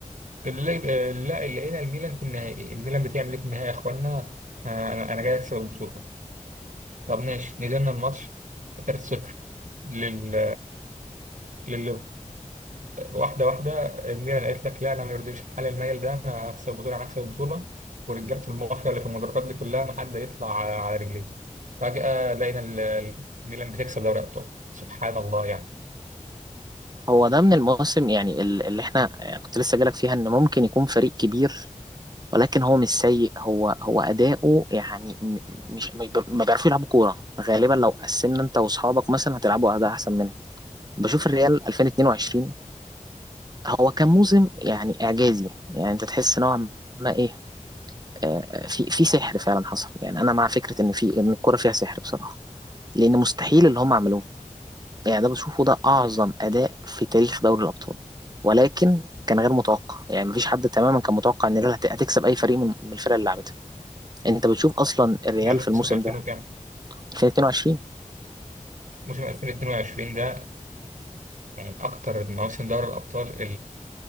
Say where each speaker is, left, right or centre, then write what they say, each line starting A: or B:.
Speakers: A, on the right; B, on the right.
A: اللي آه، لا اللي لقينا الميلان في النهائي الميلان بتعمل إيه في النهائي يا إخوانا آه أنا أنا جاي أكسب البطولة طب ماشي نزلنا الماتش 3-0 لل... لل واحدة واحدة الميلان قالت لك لا أنا ما يرضيش الحال المايل ده أنا هكسب البطولة أنا هكسب البطولة ورجالة المافيا اللي في المدرجات دي كلها ما حد يطلع على على رجليه فجأة لقينا ال- الميلان بتكسب دوري أبطال سبحان الله يعني
B: هو ده من المواسم يعني ال- اللي احنا يعني كنت لسه جالك فيها ان ممكن يكون فريق كبير ولكن هو مش سيء هو هو أداؤه يعني م- مش مش ب- ما بيعرفوا يلعبوا كورة غالبا لو قسمنا انت واصحابك مثلا هتلعبوا أداء أحسن منهم بشوف الريال 2022 هو كان موسم يعني إعجازي يعني انت تحس نوعا ما ايه آه، في في سحر فعلا حصل يعني انا مع فكرة ان في ان الكورة فيها سحر بصراحة لان مستحيل اللي هم عملوه يعني ده بشوفه ده أعظم أداء في تاريخ دوري الأبطال ولكن كان غير متوقع يعني مفيش حد تماما كان متوقع إن الريال هت- هتكسب أي فريق من من الفرق اللي لعبتها أنت بتشوف أصلا الريال
A: ده موسم
B: في الموسم
A: 2000
B: ده
A: وكام؟
B: 2022
A: موسم 2022 ده يعني من أكتر مواسم دوري الأبطال